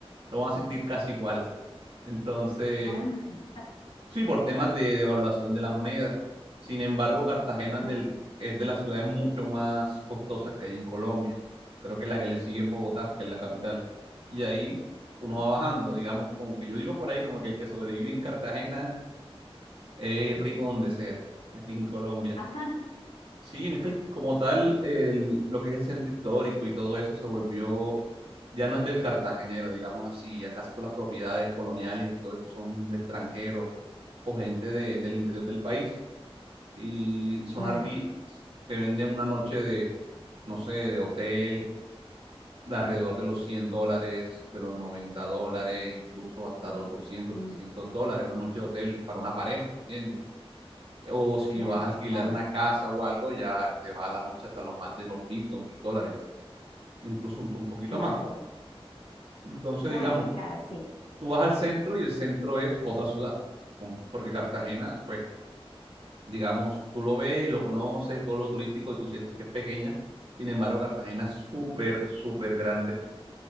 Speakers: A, on the right; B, on the left.
A: lo van a sentir casi igual. Entonces,
B: Ah,
A: sí, por temas de devaluación de la moneda. Sin embargo, Cartagena
B: claro.
A: es del- es de las ciudades mucho más costosas que hay en Colombia. Creo que la que le sigue es Bogotá, que es la capital. Y ahí uno
B: <laughs>
A: va bajando, digamos, como que yo digo por ahí, como que el que sobrevive en Cartagena es rico donde sea, aquí en Colombia.
B: Ajá,
A: Sí, no es que el- como tal,
B: Bueno,
A: el- lo que es el centro histórico y todo eso se volvió, ya no es del cartagenero, digamos así, ya casi todas las propiedades coloniales y todo eso son de extranjeros o gente de- del interior del país. Y son
B: claro,
A: arri te venden una noche de, no sé, de hotel, de alrededor de los 100 dólares, de los 90 dólares, incluso hasta los doscientos,
B: mm,
A: trescientos dólares, una noche de hotel para una pareja, ¿entiendes? o si
B: claro,
A: vas a alquilar
B: claro,
A: una casa o algo, ya te va a la noche hasta los más de los mil, dos mil dólares, incluso un, un poquito
B: claro.
A: más. Entonces,
B: Bueno,
A: digamos,
B: claro, sí.
A: tú vas al centro y el centro es otra ciudad, con- porque Cartagena, pues, digamos, tú lo ves y lo conoces, todo lo turístico y tú sientes que es pequeña. Sin embargo, Cartagena es súper, súper grande